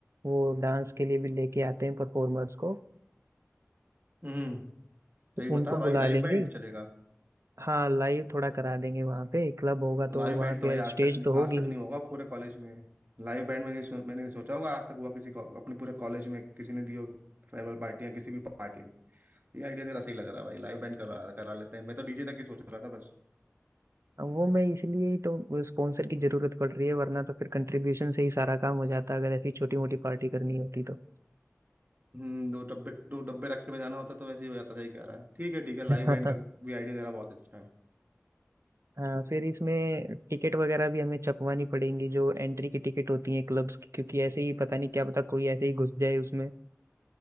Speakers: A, on the right; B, on the right.
A: वो डांस के लिए भी लेके आते हैं परफॉर्मर्स को
B: हम्म
A: तो
B: सही बता
A: उनको
B: भाई
A: बुला
B: लाइव
A: लेंगे
B: बैंड चलेगा
A: हाँ लाइव थोड़ा करा देंगे वहाँ पे क्लब होगा तो
B: लाइव
A: वहाँ
B: बैंड
A: पे
B: तो भाई आज
A: स्टेज
B: तक नहीं
A: तो होगी
B: आज तक
A: ही
B: नहीं होगा पूरे कॉलेज में लाइव बैंड मैंने सो, मैंने नहीं सोचा होगा आज तक हुआ किसी को अपने पूरे कॉलेज में किसी ने दी हो फेयरवेल पार्टी या किसी भी पार्टी में तो ये आइडिया तेरा सही लग रहा है भाई लाइव बैंड करा करा लेते हैं मैं तो डीजे तक ही सोच रहा था बस
A: अब वो मैं इसलिए ही तो स्पॉन्सर की जरूरत पड़ रही है वरना तो फिर कंट्रीब्यूशन से ही सारा काम हो जाता अगर ऐसी छोटी मोटी पार्टी करनी होती तो
B: हम्म दो डब्बे दो डब्बे रख के बजाना होता तो वैसे ही हो जाता सही कह रहा है ठीक है ठीक है लाइव
A: <laughs>
B: बैंड का भी आइडिया तेरा बहुत अच्छा है
A: हाँ फिर इसमें टिकट वगैरह भी हमें छपवानी पड़ेंगी जो एंट्री की टिकट होती है क्लब्स की क्योंकि ऐसे ही पता नहीं क्या पता कोई ऐसे ही घुस जाए उसमें